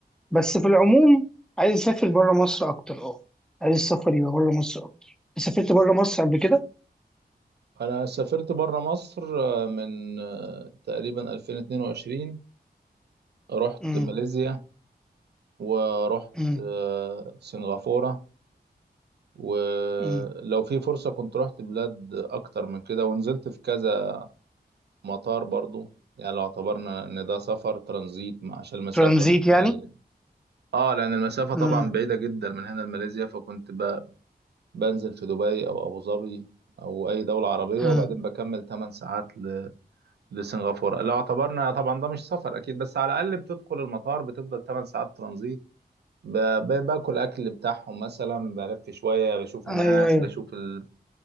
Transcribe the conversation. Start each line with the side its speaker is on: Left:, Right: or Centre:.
Centre: بس في العموم عايز اسافر بره مصر اكتر اه عايز السفر يبقى بره مصر اكتر سافرت بره مصر قبل كده
Right: انا سافرت بره مصر آه، من آه، تقريبا 2022 رحت
Centre: امم
Right: ماليزيا ورحت
Centre: امم
Right: آه، سنغافورة ولو
Centre: امم
Right: في فرصة كنت رحت بلاد اكتر من كده ونزلت في كذا مطار برضو يعني لو اعتبرنا ان ده سفر ترانزيت مع- عشان المسافة
Centre: ترانزيت
Right: من
Centre: يعني
Right: هنا ل... اه لان المسافة طبعا
Centre: امم
Right: بعيدة جدا من هنا لماليزيا فكنت ب... بنزل في دبي او ابو ظبي او اي دولة عربية
Centre: امم
Right: وبعدين بكمل 8 ساعات لسنغافورة لو اعتبرنا طبعا ده مش سفر أكيد بس على الأقل بتدخل المطار بتفضل 8 ساعات ترانزيت ب- ب- باكل أكل بتاعهم مثلا بلف شوية بشوف الناس
Centre: ايوه ايوه
Right: بشوف ال...